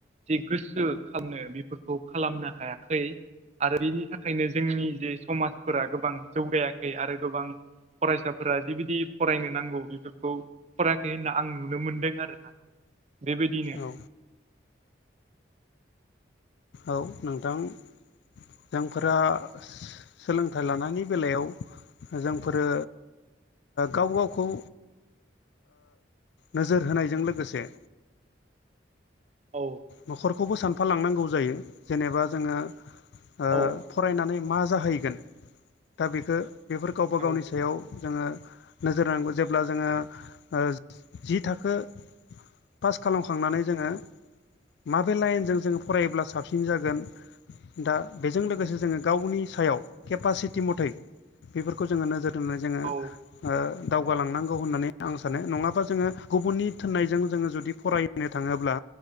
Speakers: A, on the right (about 35°); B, on the left (about 65°).
A: जि गोसो खालामनो बेफोरखौ खालामनो हायाखै आरो बेनि थाखायनो जोंनि जे समाजफोरा गोबां जौगायाखै आरो गोबां फरायसाफोरा जिबायदि फरायनो नांगौ बेफोरखौ फरायाखै होनना आं नुनो मोनदों आरोना बेबायदिनो
B: औ औ नोंथां जोंफोरा सोलोंथाइ लानायनि बेलायाव जोंफोरो गाव गावखौ नोजोर होनायजों लोगोसे
A: औ
B: न'खरखौबो सानफाालांनांगौ जायो जेनेबा जोङो ओ
A: औ
B: फरायनानै मा जाहैगोन दा बेखो बेफोर गावबा
A: औ
B: गावनि सायाव जोङो नोजोर होनांगौ जेब्ला जोङो जि थाखो पास खालामखांनानै जोङो माबे लाइनजों जोङो फरायोब्ला साबसिन जागोन दा बेजों लोगोसे जोङो गावनि सायाव केपासिटि मथै बेफोरखौ जोङो नोजोर फोरनो जोङो
A: औ
B: ओ दावगालांनांगौ होननानै आं सानो नङाबा जोङो गुबुननि थिनायजों जोङो जुदि फरायो नो थाङोब्ला